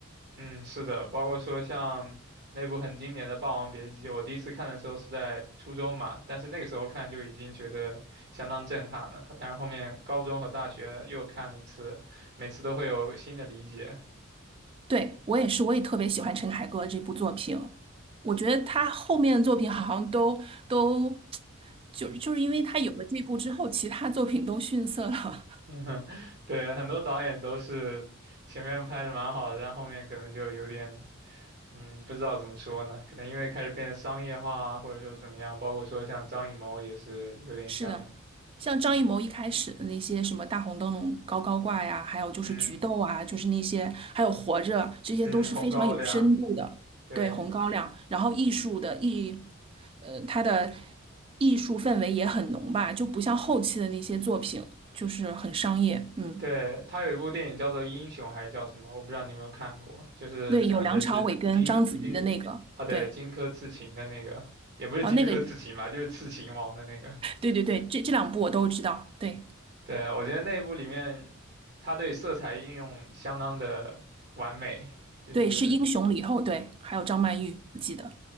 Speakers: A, on the right; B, on the right.
A: 嗯，是的，包括说像那部很经典的《霸王别姬》，我第一次看的时候是在初中嘛，但是那个时候看就已经觉得相当震撼了。但是后面高中和大学又看了一次，每次都会有新的理解。<laughs>
B: 对，我也是，我也特别喜欢陈凯歌这部作品。我觉得他后面的作品好像都都 <tsk> 就是就是因为他有了这部之后，其他作品都逊色了。
A: 嗯哼对，很多导演都是前面拍的蛮好的，但后面可能就有点。嗯，不知道怎么说呢，可能因为开始变得商业化啊，或者说怎么样，包括说像张艺谋也是有点像，
B: 是的，像张艺谋一开始的那些什么大红灯笼高高挂呀，还有就是菊豆啊，
A: 嗯
B: 就是那些，还有活着，这些都是非常有深度的。
A: 嗯，红高粱，对
B: 对，红高粱，然后艺术的艺，呃，他的艺术氛围也很浓吧，就不像后期的那些作品，就是很商业。嗯，
A: 对，他有一部电影叫做《英雄》还是叫什么，我不知道你有没有看过，就是讲的是荆荆
B: 对，有梁朝伟跟章子怡的那个，
A: 啊，对，
B: 对，
A: 荆轲刺秦的那个，也不是荆轲刺秦吧，
B: 啊，那个，
A: 就是刺秦王的那个，
B: 对对对，这这两部我都知道。对
A: 对，我觉得那一部里面，他对色彩运用相当的完美，就是
B: 对，是英雄里以后，对，还有张曼玉，我记得。